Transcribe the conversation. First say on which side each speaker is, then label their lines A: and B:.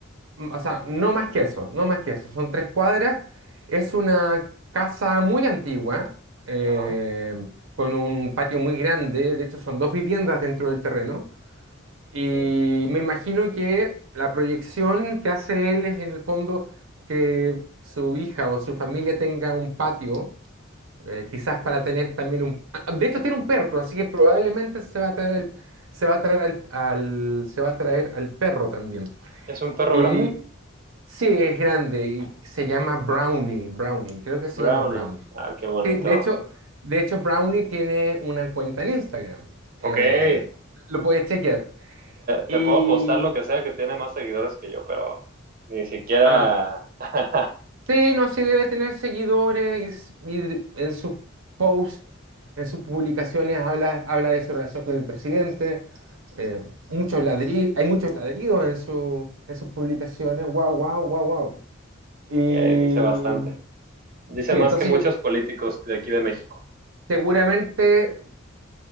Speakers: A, on the right; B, on the right.
A: mm, o sea, no más que eso, no más que eso, son tres cuadras. Es una casa muy antigua, eh,
B: Ajá,
A: con un patio muy grande, de hecho son dos viviendas dentro del terreno. Y
B: ok.
A: me imagino que la proyección que hace él es en el fondo que su hija o su familia tenga un patio, eh, quizás para tener también un... ah, De hecho, tiene un perro, así que probablemente se va a traer al, se va a traer al, al- se va a traer al perro también.
B: ¿Es un perro
A: Y
B: grande?
A: sí, es grande y se llama Brownie, Brownie, creo que se
B: Brownie.
A: llama Brownie.
B: Ah, qué bonito.
A: Sí, de hecho, de hecho Brownie tiene una cuenta en Instagram. Eh,
B: Ok, te,
A: lo puedes chequear. Y,
B: te puedo apostar lo que sea que tiene más seguidores que yo, pero ni siquiera...
A: Ah,
B: <laughs>
A: sí, no, sí debe tener seguidores y, y en sus posts, en sus publicaciones habla, habla de su relación con el presidente. eh, muchos ladri- hay muchos ladridos en su, en sus publicaciones. Wow, wow, wow, wow. Y
B: Ok, dice bastante. Dice
A: sí,
B: más
A: entonces
B: que muchos
A: yo
B: políticos de aquí de México.
A: seguramente